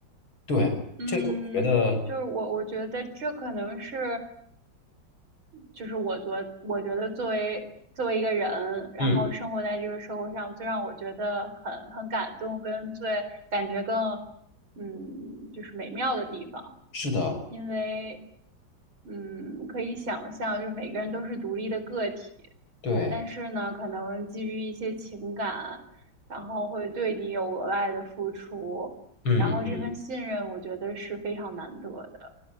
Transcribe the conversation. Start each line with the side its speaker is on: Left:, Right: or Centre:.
Left: 对，
Right: 嗯，
Left: 这个我觉得，
Right: 就是我，我觉得这可能是。就是我觉我觉得作为作为一个人，然后生活在这个社会上，
Left: 嗯，
Right: 最让我觉得很很感动，跟最感觉更嗯就是美妙的地方，
Left: 是的，
Right: 因为嗯可以想象，就是每个人都是独立的个体，
Left: 对，
Right: 但是呢，可能基于一些情感，然后会对你有额外的付出，
Left: 嗯嗯
Right: 然后这份信任，我觉得是非常难得的。